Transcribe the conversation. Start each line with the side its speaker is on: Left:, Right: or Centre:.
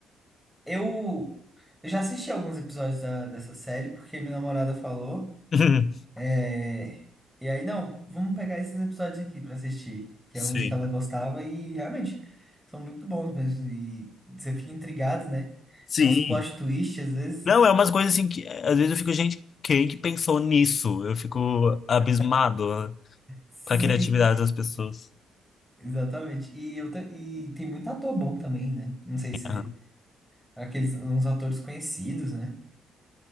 Centre: eu, eu já assisti alguns episódios da, dessa série, porque minha namorada falou.
Left: <laughs>
Centre: é, E aí, não, vamos pegar esses episódios aqui pra assistir, que
Left: Sim.
Centre: é uns que ela gostava e realmente são muito bons mesmo. E você fica intrigado, né?
Left: Sim.
Centre: Tem uns plot twist às vezes.
Left: Não, é umas coisas assim que é, às vezes eu fico, gente, quem que pensou nisso? Eu fico abismado né,
Centre: Sim,
Left: com a criatividade das pessoas.
Centre: Exatamente. E, eu, ta- e tem muito ator bom também, né? Não sei se
Left: Aham.
Centre: aqueles uns atores conhecidos, né?